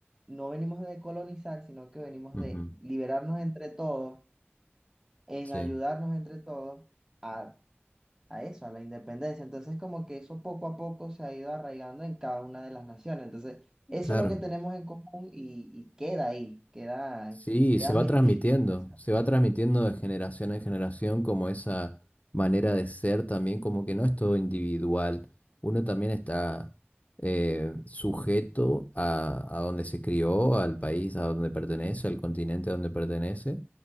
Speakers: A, on the right; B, on the left.
A: no venimos de colonizar, sino que venimos
B: Ujú,
A: de liberarnos entre todos, en
B: Sí,
A: ayudarnos entre todos a a eso, a la independencia. Entonces, como que eso poco a poco se ha ido arraigando en cada una de las naciones. Entonces, eso
B: claro.
A: es lo que tenemos en común y, y queda ahí, queda,
B: Sí,
A: quedan
B: se va
A: vestigios.
B: transmitiendo,
A: pues.
B: se va transmitiendo de generación en generación como esa manera de ser también, como que no es todo individual, uno también está eh, sujeto a, a donde se crió, al país a donde pertenece, al continente a donde pertenece,